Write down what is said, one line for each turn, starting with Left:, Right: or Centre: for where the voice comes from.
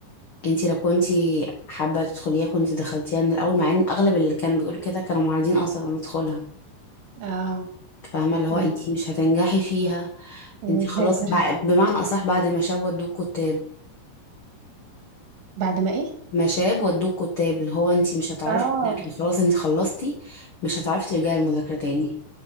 Left: انت لو كنتي حابه تدخليها كنت دخلتيها من الاول مع ان اغلب اللي كانوا بيقولوا كده كانوا معارضين اصلا ان ادخلها
Right: اه
Left: فاهمه اللي هو
Right: ن-
Left: انت مش هتنجحي فيها
Right: نذاكر
Left: انت خلاص بع- بمعنى اصح بعد ما شوت دوك كنت
Right: بعد ما ايه
Left: مشاب ودوك كتاب اللي هو انت مش هتعرفي
Right: اه
Left: تذاكري خلاص انت خلصتي مش هتعرفي ترجعي المذاكرة تاني